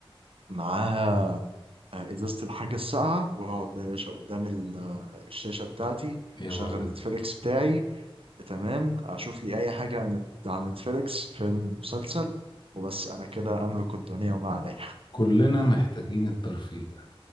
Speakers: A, on the right (about 70°); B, on the left (about 50°).
A: معاها آه، ازازه الحاجه الساقعه واقعد بقى يا باشا قدام ال- آه، الشاشه بتاعتي
B: يا
A: شغل
B: ولد
A: نتفليكس بتاعي تمام اشوف لي اي حاجه عن عن نتفليكس فيلم مسلسل وبس انا كده املك الدنيا وما عليها
B: كلنا محتاجين الترفيه ده